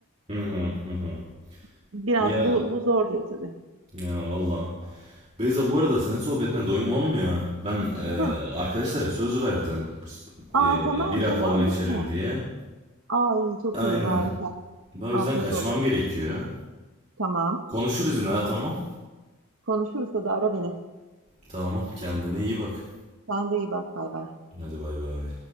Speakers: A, on the right; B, on the right.
A: Hı hı hı hı.
B: <laughs> biraz
A: Ya
B: bu, bu zorluyor tabii.
A: ya valla. Beyza bu arada senin sohbetine doyum olmuyor. Ben e,
B: Heh.
A: arkadaşlara söz verdim. Bu s- E,
B: Aa tamam
A: bira
B: tamam
A: falan içelim
B: lütfen.
A: diye.
B: Ay çok
A: Aynen.
B: iyi harika.
A: Ben o yüzden
B: Afiyet
A: kaçmam
B: olsun.
A: gerekiyor.
B: Tamam.
A: Konuşuruz yine ha tamam.
B: Konuşuruz hadi ara beni.
A: Tamam kendine iyi bak.
B: Sen de iyi bak. Bay bay.
A: Hadi bay bay.